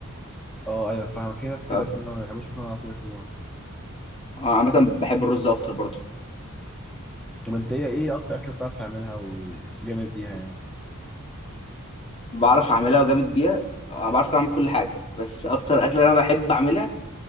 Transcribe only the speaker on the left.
ف آه،
عامه بحب الرز اكتر برضو
بعرف اعملها وجامد بيها آه، بعرف اعمل كل حاجه بس اكتر اكله انا بحب اعملها